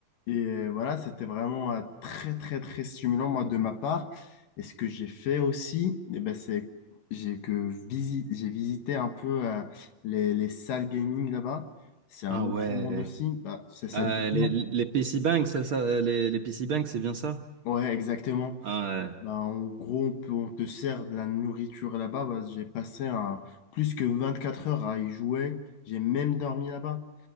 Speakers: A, on the left; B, on the right.
A: Et euh, voilà, c'était vraiment euh, très, très, très stimulant, moi, de ma part. Et ce que j'ai fait aussi, eh ben, c'est j'ai que visi- j'ai visité un peu euh, les, les salles gaming là-bas. C'est un
B: Ah
A: autre
B: ouais.
A: monde aussi. Bah, c'est ça.
B: Euh,
A: dit-
B: les, les PC Bank, ça, ça, euh, les, les PC Bank, c'est bien ça?
A: Ouais, exactement.
B: Ah ouais.
A: Bah, en gros, on peut, on te sert de la nourriture là-bas. Bah, j'ai passé un- plus que 24 heures à y jouer. J'ai même dormi là-bas.